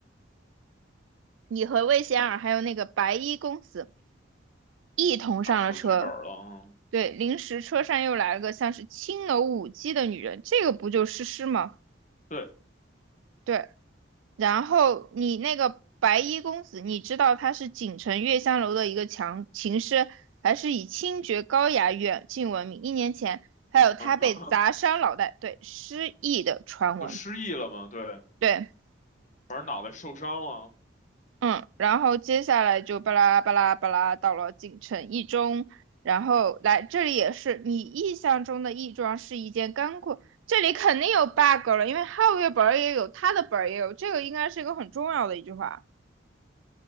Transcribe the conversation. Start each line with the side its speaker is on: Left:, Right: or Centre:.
Right: 你和魏贤儿还有那个白衣公子一同上了车。
Left: 拿错剧本儿了，嗯，
Right: 对，临时车上又来了个像是青楼舞姬的女人，这个不就诗诗吗？
Left: 对，
Right: 对，然后你那个白衣公子，你知道他是锦城月香楼的一个强琴师，还是以清绝高雅远近闻名。一年前还有他被砸伤脑袋，
Left: <laughs>
Right: 对，失忆的传闻，
Left: 就失忆了嘛，对，
Right: 对，
Left: 反正脑袋受伤了，
Right: 嗯，然后接下来就巴拉巴拉巴拉到了锦城一中，然后来这里也是你印象中的义庄是一件干货，这里肯定有 bug 了，因为皓月本儿也有，他的本儿也有，这个应该是一个很重要的一句话。